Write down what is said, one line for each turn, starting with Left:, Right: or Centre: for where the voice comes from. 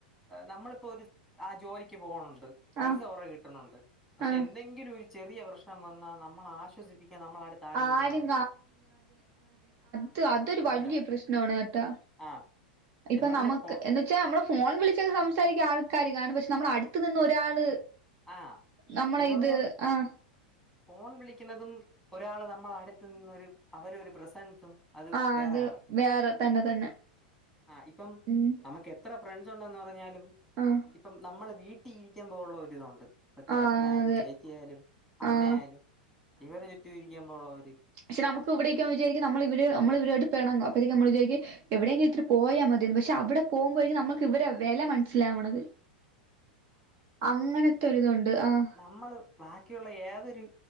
Centre: നമ്മളിപ്പോ ഒരു സ് ആ ജോലി ക്ക് പോണുണ്ട് പൈസ
Right: ആഹ്
Centre: കൊറെ കിട്ട്ണൊണ്ട് പക്ഷെ
Right: ആഹ്
Centre: എന്തെങ്കിലൊരു ചെറിയ പ്രശ് ഷ്ടം വന്നാ നമ്മളെ ആശ്വസിപ്പിക്കാൻ നമ്മള അടുത്ത് ആരെങ്കിലും
Right: ആരും
Centre: കാണോ ഇല്ല
Right: ത് അതൊര്
Centre: മനസ്സിലായോ
Right: വല്യ പ്രശ്നാണ് കേട്ടോ
Centre: ആഹ്
Right: ഇപ്പൊ
Centre: എന്ന് പറഞ്ഞ
Right: നമക്ക്
Centre: പോ
Right: എന്നിട് പക്ഷെ നമ്മളെ ഫോൺ വിളിച്ചാല് സംസാരിക്കാ ആൾക്കാര് കാണും പക്ഷെ നമ്മളെ അടുത്ത് നിന്നൊരാള്
Centre: ആഹ്
Right: നമ്മളെ
Centre: എന്ന് പറഞ്ഞ
Right: ഇത് ആഹ്
Centre: ഫോൺ വിളിക്കുന്നതും ഒരാള് നമ്മളെ അടുത്ത് നിന്നൊരു അവരൊരു പ്രസൻസും അത്
Right: ആഹ്
Centre: വേറെയാണ്
Right: വേറെ തന്നെ തന്നെ
Centre: ആഹ് ഇപ്പം
Right: ഉം
Centre: നമകെത്ര ഫ്രണ്ട്സുണ്ടെന്ന് പറഞ്ഞാലും
Right: ആഹ്
Centre: ഇപ്പം നമ്മള് വീട്ടി ഇരിക്കുമ്പോ ഉള്ള ഒരിതുണ്ട്. ഇപ്പൊ ചേട്ടനായാലും
Right: ആഹ് അതെ
Centre: ചേച്ചി ആയാലും അമ്മയായാലും
Right: ആഹ്
Centre: ഇവരെ ചുറ്റുയിരിക്കുമ്പോ ഉള്ള ഒര്
Right: പക്ഷേ നമക് ഇവടെക്ക്യേം വിചാരിക്കും നമ്മള് ഇവര് അമ്മളിവരോട് പെണങ്ങും അപ്പോത്തേക്കും നമ്മള് വിചാരിക്കേ എവിടെങ്കി ഇത്തിരി പോയാ മതീന്ന്. പക്ഷെ അവടെ പോവുമ്പഴേക്കും നമ്മുക്ക് വരെ വെല മനസ്സിലാവണത്. അങ്ങനെത്തൊരിതൊണ്ട് ആഹ്.
Centre: അമ്മള് ബാക്കിയുള്ള ഏതൊര്